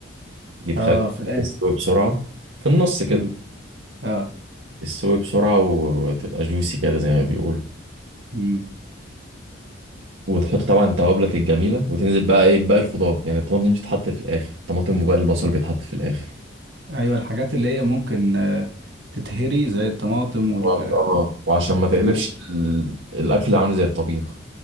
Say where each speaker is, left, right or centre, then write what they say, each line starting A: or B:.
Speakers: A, on the right; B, on the right.
A: دي تخلي
B: اه في الاخر
A: تستوي بسرعة في النص كده
B: مم. اه
A: تستوي بسرعة و- وتبقى جوسي كده زي ما بيقولوا
B: مم.
A: وتحط طبعا توابلك الجميلة وتنزل بقى ايه باقي الخضار يعني الطماطم بتتحط في الآخر الطماطم وباقي البصل بيتحط في الآخر
B: ايوه الحاجات اللي هي ممكن آه تتهري زي الطماطم وال
A: اه آه. وعشان ما تقلبش
B: و...
A: ال- الأكل عامل زي الطبيخ